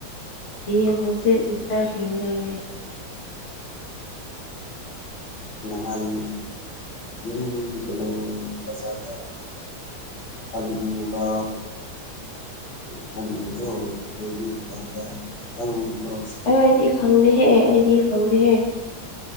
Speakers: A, on the left; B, on the left.
A: ꯌꯦ ꯍꯪꯁꯤꯠ ꯔꯤꯆꯥꯔꯖ ꯂꯣꯏꯒꯗꯧꯔꯦ
B: ꯅꯍꯥꯟ ꯌꯨꯝ ꯀꯩꯅꯣ ꯕꯖꯥꯔꯗ ꯑꯂꯨꯒ ꯀꯣꯕꯤꯒꯗꯣ <unintelligible> ꯇꯥꯏꯞꯇ ꯈꯤꯇꯪ ꯑꯃꯔꯛ
A: ꯑꯦ ꯑꯩꯗꯤ ꯈꯪꯗꯦꯍꯦ ꯑꯩꯗꯤ ꯈꯪꯗꯦꯍꯦ